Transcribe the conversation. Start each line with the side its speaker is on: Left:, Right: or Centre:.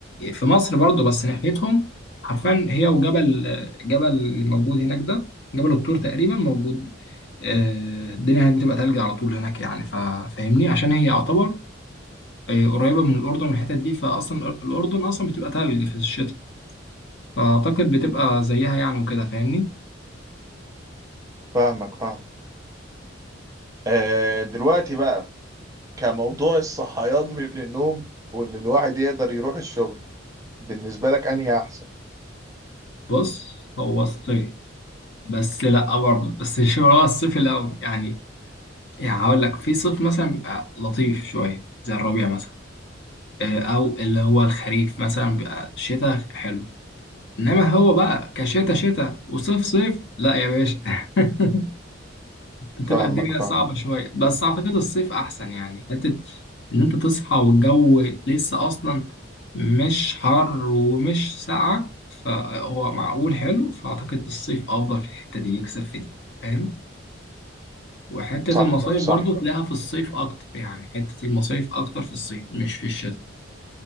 Left: في مصر برضو بس ناحيتهم حرفيا هي وجبل جبل اللي موجود هناك ده جبل الطور تقريبا موجود آه، الدنيا هناك بتبقى تلج على طول هناك يعني فا- فاهمني عشان هي يعتبر آه، قريبة من الأردن والحتت دي فأصلا الأردن أصلا بتبقى تلج في الشتاء فأعتقد بتبقى زيها يعني وكده فاهمني
Right: فاهمك فاهم آه، دلوقتي بقى كموضوع الصحيان من النوم واللي الواحد يقدر يروح الشغل بالنسبة لك أنهي أحسن؟
Left: بص هو الصيف بس لأ برضه بس <laughs> مش هو الصيف الأول يعني يعني هقول لك في صيف مثلا بيبقى لطيف شوية زي الربيع مثلا آه، او اللي هو الخريف مثلا بيبقى شتاء حلو انما هو بقى كشتاء شتاء وصيف صيف لا يا باشا <laughs> بتبقى
Right: فاهمك
Left: الدنيا
Right: فاهم
Left: صعبة شوية بس اعتقد الصيف احسن يعني حتة ان انت تصحى والجو لسه اصلا مش حر ومش ساقعة فهو معقول حلو فاعتقد الصيف افضل في الحتة دي يكسب في دي فاهم وحتة
Right: صح
Left: المصايف
Right: صح
Left: برضو تلاقيها في الصيف اكتر يعني حتة المصايف اكتر في الصيف مش في الشتاء